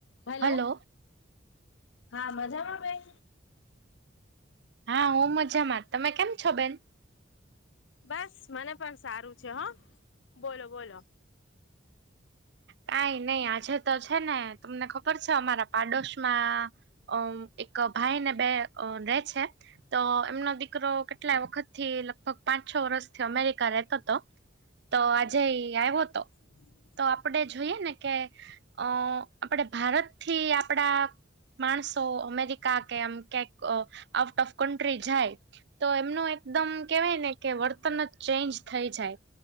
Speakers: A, on the left; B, on the right.
A: Hello
B: hello
A: હા મજામાં બેન?
B: હા હું મજામાં તમે કેમ છો બેન?
A: બસ મને પણ સારું છે હા બોલો બોલો-
B: કઈ નઈ આજે તો છે ને તમને ખબર છે અમારા- પાડોશમાં અ એક ભાઈ ને બે રે છે- તો એમનો દીકરો કેટલાએ વખતથી- કોક પાંચ છ વર્ષથી અમેરિકા રહેતોતો તો આજે એ આવ્યો તો.
A: <inaudible>
B: તો આપળે જોઈએ ને કે અ આપળે ભારતથી આપળા - માણસો અમેરિકા કે આમ ક્યાંક આઉટ ઓફ કન્ટ્રી જાય- તો એમનું એકદમ કેવાય ને કે વર્તન જ ચેન્જ થઈ જાય.